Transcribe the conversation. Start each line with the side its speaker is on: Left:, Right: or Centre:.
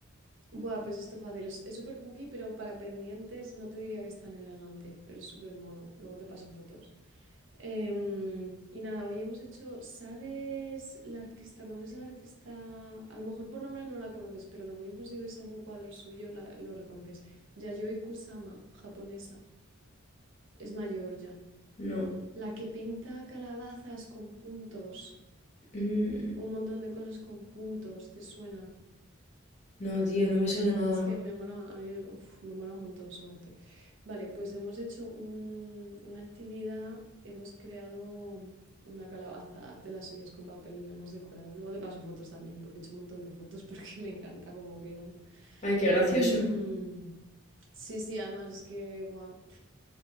Right: Buah, pues esto fácil. Es es súper cookie, pero para pendientes no te diría que es tan elegante, pero es súper mono. Luego te paso fotos. Em, y nada, hoy hemos hecho, ¿sabes la artista? ¿Conoces a la artista? A lo mejor por nombre no la conoces, pero lo mismo si ves algún cuadro suyo la- lo reconoces. Yayoi Kusama, japonesa. Es mayor ya.
Left: No.
Right: La que pinta calabazas con puntos,
Left: Mm,
Right: un montón de cosas con puntos, ¿te suena?
Left: no, tío, no me suena nada.
Right: Es que me mola, a mí me uf, me mola un montón su arte. Vale, pues hemos hecho un- una actividad, hemos creado una calabaza de las suyas con papel y la hemos decorado. Luego te paso fotos también, porque he hecho un montón de fotos porque <laughs> me encanta cómo quedan.
Left: Ay, qué gracioso.
Right: Y mm, sí, sí, además es que, guau,